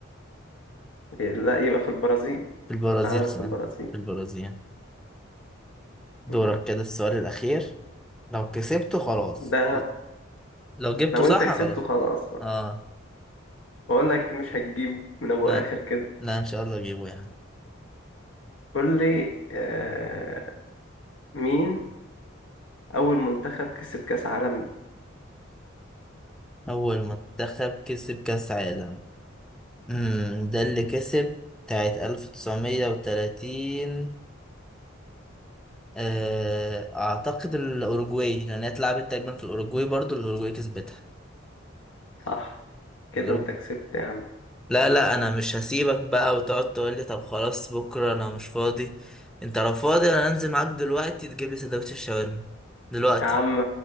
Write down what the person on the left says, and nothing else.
لا يبقى في البرازيل
عملت
في البرازيل
م-م.
ده
لو
انت كسبته
خلاص بقى
بقول لك مش هتجيبه من ابو
اخر كده
قول لي آه مين اول منتخب كسب كاس عالم
صح كده
انت كسبت يا عم
يا عم